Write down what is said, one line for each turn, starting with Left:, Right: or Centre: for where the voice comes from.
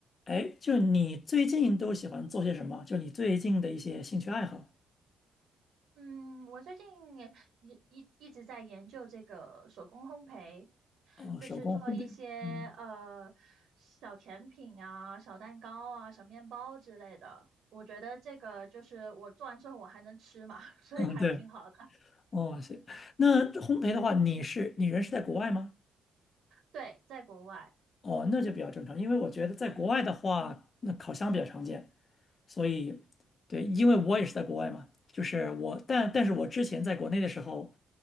Left: 哎，就你最近都喜欢做些什么？就你最近的一些兴趣爱好？
Right: 嗯，我最近也一一一直在研究这个手工烘焙，
Left: 哦，
Right: 就是做一些呃小甜品啊、
Left: 手工烘焙。嗯
Right: 小蛋糕啊、小面包之类的。我觉得这个就是我做完之后我还能吃嘛，<laughs> 所以还挺好的。
Left: 嗯，对。哦，行。那这烘焙的话，你是你人是在国外吗？
Right: 对，在国外，
Left: 哦，那就比较正常，因为我觉得在国外的话，那烤箱比较常见，所以对，因为我也是在国外嘛，就是我，但但是我之前在国内的时候。